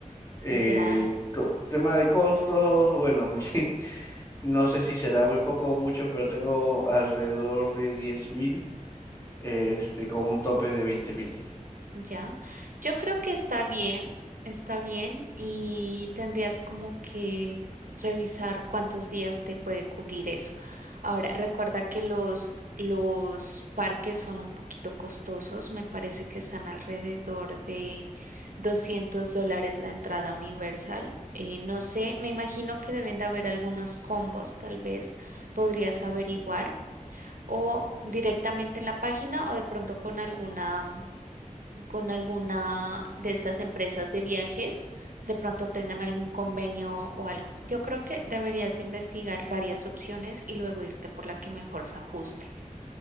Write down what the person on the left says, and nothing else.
Eh,
co- tema de costos, bueno, <laughs> mi- no sé si será muy poco o mucho, pero tengo alrededor de 10.000 este, con un tope de veinte mil.